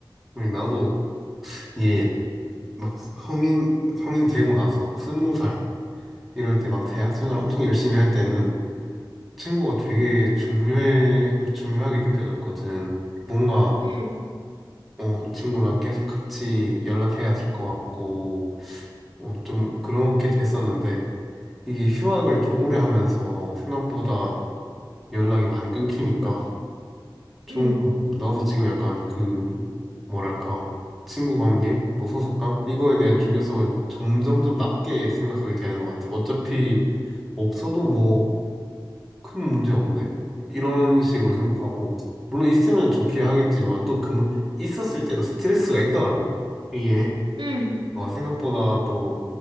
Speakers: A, in the centre; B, on the right (about 90°).
A: 음, 나도 이게 막 성인 성인 되고 나서 막 스무 살 이럴 때 막 대학생활 엄청 열심히 할 때는 친구가 되게 중요해, 중요하게 느껴졌거든. 뭔가,
B: 응,
A: 어, 이 친구랑 계속 같이 연락해야 될 것 같고, 어, 좀 그렇게 됐었는데, 이게 휴학을 좀 오래 하면서 생각보다 연락이 많이 끊기니까, 좀,
B: 응,
A: 나도 지금 약간 그, 뭐랄까, 친구 관계, 뭐 소속감? 이거에 대한 중요성을 점점 좀 낮게 생각하게 되는 것 같아. 어차피 없어도 뭐, 큰 문제 없네? 이런 식으로 생각하고, 물론 있으면 좋긴 하겠지만, 또 그, 있었을 때도 스트레스가 있더라고? 이게,
B: 응,
A: 어, 생각보다 또,